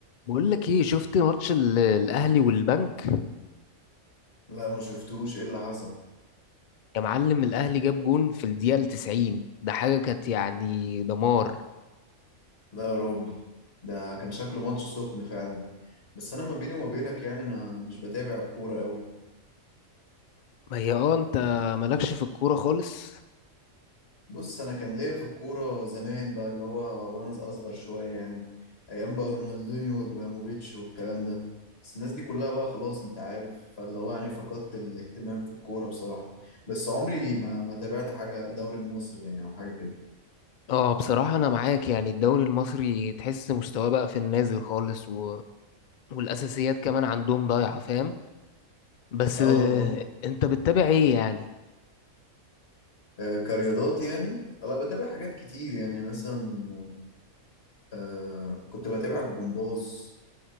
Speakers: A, on the left; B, on the left.
A: بقول لك ايه شفت ماتش ال- الاهلي والبنك
B: لا ما شفتوش ايه اللي حصل
A: يا معلم الاهلي جاب جون في الدقيقه 90 ده حاجه كانت يعني دمار
B: لا يا راجل ده كان شكله ماتش سخن فعلا بس انا ما بيني وما بينك يعني انا مش بتابع الكوره قوي
A: ما هي اه انت مالكش في الكوره خالص
B: بص انا كان ليا في الكوره زمان بقى اللي هو وانا اصغر شويه يعني ايام بقى رونالدينيو وابراهيموفيتش والكلام ده بس الناس دي كلها بقى خلاص انت عارف فاللي هو يعني فقدت الاهتمام في الكوره بصراحه بس عمري ما ما تابعت حاجه دوري مصري يعني او حاجه كده
A: اه بصراحه انا معاك يعني الدوري المصري تحس مستواه بقى في النازل خالص و... والاساسيات كمان عندهم ضايعه فاهم بس
B: اه
A: آه، انت بتتابع ايه يعني
B: آه، كرياضات يعني لا بتابع حاجات كتير يعني مثلا آه كنت بتابع الجمباز